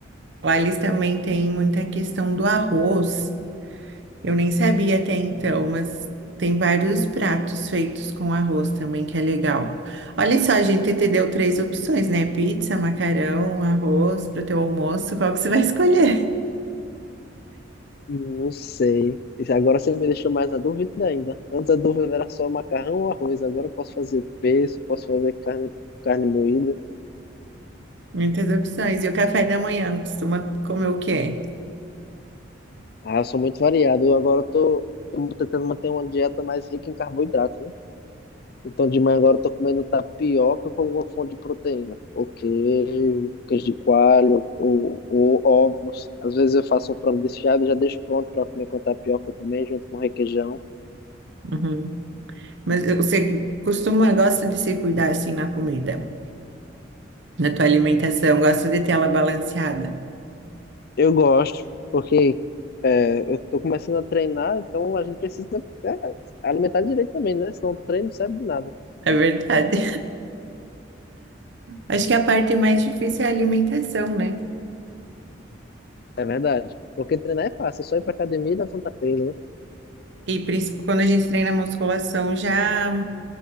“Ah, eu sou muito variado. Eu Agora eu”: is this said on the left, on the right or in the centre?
Left